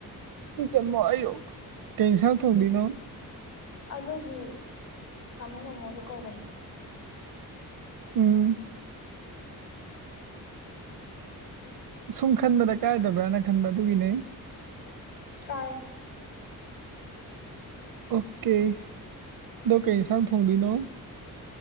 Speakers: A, on the right; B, on the left.
A: <unintelligible> ꯀꯩ ꯏꯟꯁꯥꯡ ꯊꯣꯡꯗꯅ
B: ꯑꯗꯨꯒꯤ ꯇꯥꯃꯣ ꯅꯣꯡꯃꯣꯗꯨ ꯀꯧꯕꯅꯨ
A: ꯎꯝ ꯁꯨꯝ ꯈꯟꯕꯗ ꯀꯥꯏꯗꯕ꯭ꯔꯅ ꯈꯟꯕ ꯑꯗꯨꯒꯤꯅꯦ
B: ꯀꯥꯏ
A: ꯑꯣꯀꯦ ꯑꯗꯨ ꯀꯩ ꯁ ꯊꯣꯡꯗꯅ